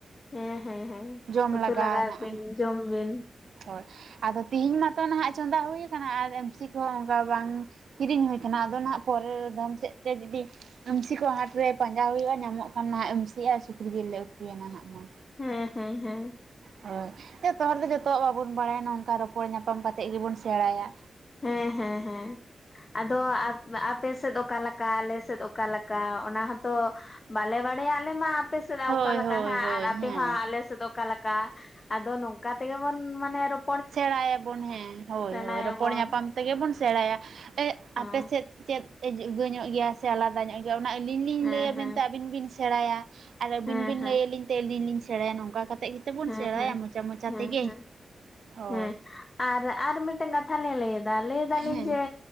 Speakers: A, on the left; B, on the right.
A: ᱦᱮᱸ ᱦᱮᱸ ᱦᱮᱸ
B: ᱡᱚᱢ
A: ᱩᱛᱩ
B: ᱞᱟᱜᱟᱣ
A: ᱞᱟᱜᱟᱣᱮᱭ
B: ᱱᱟᱜ
A: ᱵᱤᱱ ᱡᱚᱢ ᱵᱤᱱ᱾
B: ᱦᱳᱭ ᱟᱫᱚ ᱛᱤᱦᱤᱧ ᱢᱟᱛᱚ ᱱᱟᱦᱟᱸᱜ ᱪᱚᱸᱫᱟ ᱦᱩᱭᱟᱠᱟᱱᱟ ᱟᱨ ᱮᱢᱥᱤ ᱠᱚᱦᱚᱸ ᱚᱱᱠᱟ ᱵᱟᱝ ᱠᱤᱨᱤᱧ ᱦᱩᱭ ᱠᱟᱱᱟ ᱟᱫᱚ ᱱᱟᱜ ᱯᱚᱨᱮ ᱫᱚᱢ ᱥᱮᱫ ᱛᱮ ᱡᱩᱫᱤ ᱮᱢᱥᱤ ᱠᱚ ᱦᱟᱴᱨᱮ ᱨᱮ ᱯᱟᱸᱡᱟ ᱦᱩᱭᱩᱜᱼᱟ ᱧᱟᱢᱚᱜ ᱠᱷᱟᱱ ᱮᱢᱥᱤᱜᱼᱟ ᱥᱩᱠᱨᱤ ᱡᱤᱞ ᱞᱮ ᱩᱛᱮ ᱱᱟ ᱦᱟᱸᱜ ᱦᱚᱸ
A: ᱦᱮᱸ ᱦᱮᱸ ᱦᱮᱸ
B: ᱦᱳᱭ ᱡᱚᱛᱚ ᱦᱚᱲ ᱫᱚ ᱡᱚᱛᱚᱣᱟᱜ ᱵᱟᱵᱚᱱ ᱵᱟᱲᱟᱭᱟ ᱱᱚ ᱱᱚᱝᱠᱟ ᱨᱚᱯᱚᱲ ᱧᱟᱯᱟᱢ ᱠᱟᱛᱮᱜ ᱜᱮᱵᱚᱱ ᱥᱮᱬᱟᱭᱟ᱾
A: ᱦᱮᱸ ᱦᱮᱸ ᱦᱮᱸ ᱟᱫᱚ ᱟᱯᱮ ᱥᱮᱫ ᱚᱠᱟᱞᱮᱠᱟ ᱟᱞᱮ ᱥᱮᱫ ᱚᱠᱟᱞᱮᱠᱟ ᱚᱱᱟ ᱦᱚᱸᱛᱚ ᱵᱟᱞᱮ ᱵᱟᱲᱟᱭᱟ ᱟᱞᱮ ᱢᱟ ᱟᱯᱮ ᱥᱮᱫ
B: ᱦᱳᱭ
A: ᱚᱠᱟ ᱞᱮᱠᱟ
B: ᱦᱳᱭ
A: ᱱᱟᱦᱟᱸᱜ
B: ᱦᱳᱭ
A: ᱟᱨ ᱟᱯᱮ
B: ᱦᱮᱸ
A: ᱦᱚᱸ ᱟᱞᱮ ᱥᱮᱫ ᱚᱠᱟ ᱞᱮᱠᱟ ᱟᱫᱚ ᱱᱚᱝᱠᱟ ᱛᱮᱜᱮ ᱵᱚᱱ ᱢᱟᱱᱮ ᱨᱚᱯ
B: ᱥᱮᱲᱟᱭᱟᱵᱚᱱ ᱦᱮᱸ ᱦᱳᱭ
A: ᱥᱮᱬᱟᱭᱟᱵᱚᱱ
B: ᱦᱳᱭ ᱨᱳᱯᱚᱲ ᱧᱟ ᱧᱟᱯᱟᱢ ᱛᱮᱜᱮ ᱵᱚᱱ ᱥᱮᱬᱟᱭᱟ ᱮ
A: ᱦᱮᱸ
B: ᱟᱯᱮ ᱥᱮᱫ ᱪᱮᱫ ᱮ ᱡᱩᱫᱟᱹ ᱧᱚᱜ ᱜᱮᱭᱟ᱾ ᱥᱮ ᱟᱞᱟᱫᱟ ᱧᱚᱜ ᱜᱮᱭᱟ ᱚᱱᱟ ᱟᱹᱞᱤᱧ ᱞᱤᱧ
A: ᱦᱮᱸ
B: ᱞᱟᱹᱭᱟᱵᱮᱱᱛᱮ
A: ᱦᱮᱸ
B: ᱟᱹᱵᱤᱱ ᱵᱤᱱ ᱥᱮᱬᱟᱭᱟ ᱟᱨ ᱟᱹᱵᱤᱱ
A: ᱦᱮᱸ
B: ᱵᱤᱱ
A: ᱦᱮᱸ
B: ᱞᱟᱹᱭᱟᱞᱤᱧ ᱛᱮ ᱟᱹᱞᱤᱧ ᱞᱤᱧ ᱥᱮᱬᱟᱭᱟ ᱱᱚᱝᱠᱟ ᱠᱟᱛᱮᱫ ᱜᱮᱛᱵᱚᱱ
A: ᱦᱮᱸ
B: ᱥᱮᱬᱟᱭᱟ
A: ᱦᱮᱸ
B: ᱢᱚᱪᱟ ᱢᱚᱪᱟ
A: ᱦᱮᱸ
B: ᱛᱮᱜᱮ
A: ᱦᱮᱸ
B: ᱦᱳᱭ
A: ᱦᱮᱸ ᱟᱨ ᱟᱨ ᱢᱤᱫᱴᱮᱱ ᱠᱟᱛᱷᱟ ᱞᱤᱧ ᱞᱟᱹᱭᱫᱟ ᱞᱟᱹᱭ ᱫᱟᱞᱤᱧ
B: ᱦᱮᱸ
A: ᱡᱮ